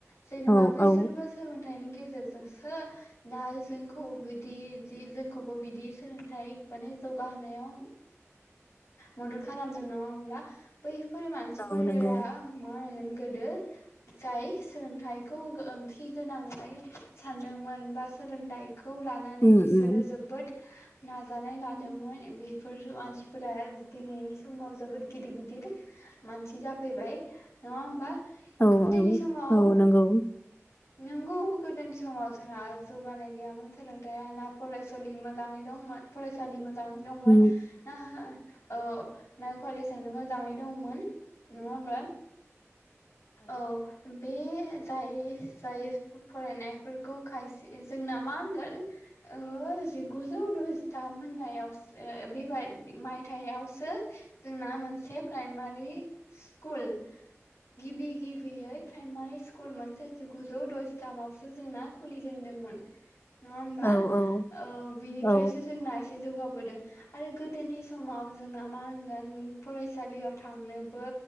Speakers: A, on the left; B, on the left.
A: जेनेबा
B: औ
A: बैसोरबो
B: औ
A: सोलों थाइनि गेजेरजोंसो दा जोंखौ बिदि जि जों खौबो बिदि सोलोंथाइ माने जौगाहोनायाव मदद खालामदों नङा होमब्ला बै बेफोर मानसिफोर-रा
B: औ नंगौ
A: <unintelligible> गोदो जाय सोलोंथाइखौ ओंथि गोनाङै सानदोंमोन बा सोलोंथाइ खौ लानानै
B: उम
A: बिसोरो
B: उम
A: जोबोद नाजानाय लादोंमोन बेफोर मानसिफोरा दिनैनि समाव जोबोद गिदिर गिदिर मानसि जाफैबाय नङा होमबा
B: औ
A: गोदोनि
B: औ
A: समाव
B: औ नंगौ
A: नोंगौ गोदोनि समाव जोंहा जौगानाय गैयामोन सोलोंथाया ना फराय सलि मोजाङै दं फरायसालि मोजां दां दंमोन
B: औ
A: ना औ ना कलेजआनो मोजाङै दंमोन नङा होमबा औ बे जाय जाय फरायनायफोरखौ खायसे जोंना मा होनगोन जिगुजौ द'जिथाम मोनायावसो बेब मायथाइावसो जोंना मोनसे प्राइमारि स्कुल गिबि गिबियै प्राइमारि स्कुल मोनसे जिगुजौ द'जिथामावसो जोंना खुलिजेनदोंमोन नङा होमबा
B: औ
A: औ बिनिफ्रायसो
B: औ
A: जोंना एसे जौगाब आरो गोदोनि समाव जोंना मा होनगोन फरायसालियाव थांनोबो